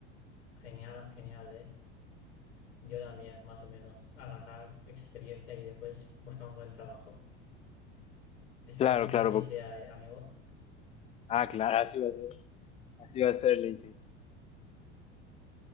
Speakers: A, on the left; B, on the left.
A: genial, genial, ¿eh? Yo también, más o menos, agarrar experiencia y después buscar un buen trabajo. Esperemos
B: Claro, claro.
A: que así
B: por-
A: sea, ¿eh, amigo?
B: Ah, claro, así va a ser. Así va a ser, Lenche.